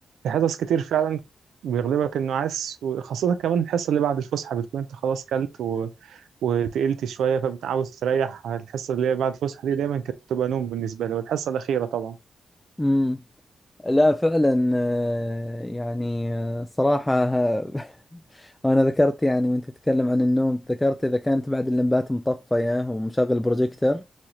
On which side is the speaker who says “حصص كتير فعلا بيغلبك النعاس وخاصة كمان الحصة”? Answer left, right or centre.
Right